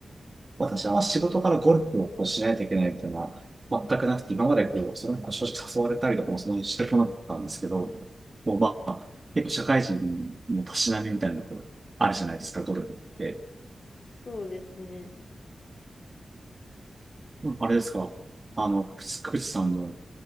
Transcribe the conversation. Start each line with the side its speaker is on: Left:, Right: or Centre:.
Right: 私は仕事からゴルフをこうしないといけないみたいな、全くなくて、今までこう、それなんか正直誘われたりとかもそんなにしてこなかったんですけど、もうまあ、結構社会人のたしなみみたいなのこう、あるじゃないですか、ゴルフって。
Left: そうですね。
Right: うんあれですか、あの、くつくつさんの